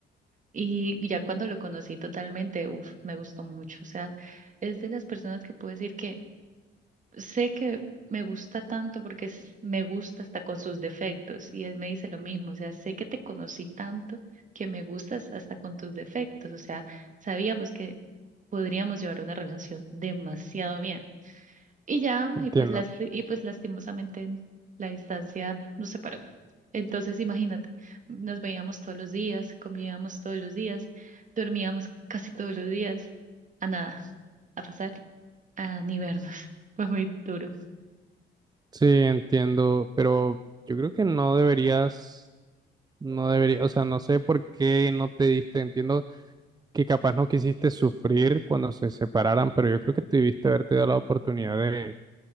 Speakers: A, on the right; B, on the right.
A: Y ya cuando lo conocí totalmente, uf, me gustó mucho. O sea, es de las personas que puedo decir que sé que me gusta tanto porque es- me gusta hasta con sus defectos y él me dice lo mismo, o sea, sé que te conocí tanto que me gustas hasta con tus defectos, o sea, sabíamos que podríamos llevar una relación demasiado bien. Y ya,
B: entiendo.
A: y pues, lasti- y pues lastimosamente la distancia nos separó. Entonces, imagínate, nos veíamos todos los días, convivíamos todos los días, dormíamos casi todos los días, a nada, a pasar, a ni vernos. <laughs> Fue muy duro.
B: Sí, entiendo, pero yo creo que no deberías, no debería, o sea, no sé por qué no te diste, entiendo que capaz no quisiste sufrir cuando se separaran, pero yo creo que debiste haberte dado la oportunidad de,